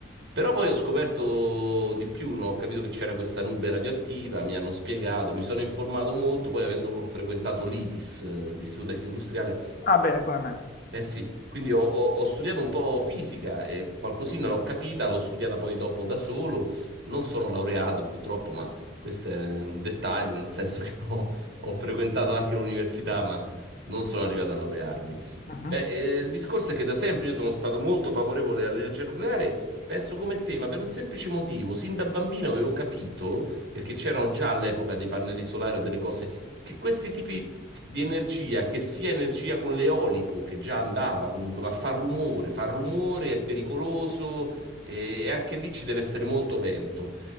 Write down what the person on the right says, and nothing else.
però poi ho scoperto
di più, no? Ho capito che c'era questa nube radioattiva, mi hanno spiegato, mi sono informato molto, poi avendo frequentato l'ITIS, eh, l'Istituto Tecnico Industriale,
eh sì, quindi ho, ho- ho studiato un po' fisica e qualcosina l'ho capita, l'ho studiata poi dopo da solo. Non sono laureato purtroppo, ma questo è un dettaglio, nel senso che <laughs> ho, ho frequentato anche l'università, ma non sono arrivato a laurearmi.
Beh, eh, il discorso è che da sempre io sono stato molto favorevole all'energia nucleare, penso come te, ma per un semplice motivo. Sin da bambino avevo capito, perché c'erano già all'epoca dei pannelli solari o delle cose, che questi tipi di energia che sia energia con l'eolico, che già andava comunque, ma fa rumore, fa rumore, è pericoloso e, e anche lì ci deve essere molto vento.